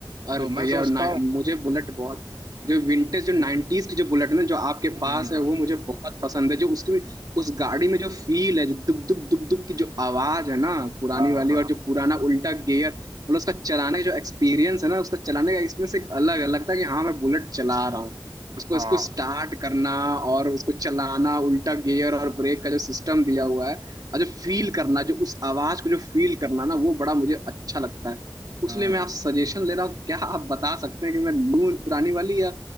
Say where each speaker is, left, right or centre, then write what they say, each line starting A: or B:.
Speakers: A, on the right; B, on the right.
A: अरे
B: तो मैं
A: भैया
B: समझता
A: ना-
B: हूँ
A: मुझे
B: <laughs>
A: बुलेट बहुत जो विंटेज जो नाइन्टीज की जो बुलेट है ना जो आपके
B: हम्म,
A: पास है वो मुझे बहुत पसंद है जो उसकी उस गाड़ी में जो फील है जो दुब दुब दुब दुब की जो आवाज है ना पुरानी
B: हाँ
A: वाली
B: हाँ
A: और जो पुराना उल्टा गियर मतलब उसका चलाने का जो एक्सपीरियंस है ना उसका चलाने का एक्सपीरियंस एक अलग है लगता है कि हाँ मैं बुलेट चला रहा हूँ उसको
B: हाँ
A: इसको स्टार्ट करना और उसको चलाना उल्टा गियर और ब्रेक का जो सिस्टम दिया हुआ है और जो फील करना जो उस आवाज को जो फील करना ना वो बड़ा मुझे अच्छा लगता है उसलिए
B: हम्म
A: मैं आपसे सजेशन ले रहा हूँ क्या आप बता सकते हैं कि मैं लूं पुरानी वाली या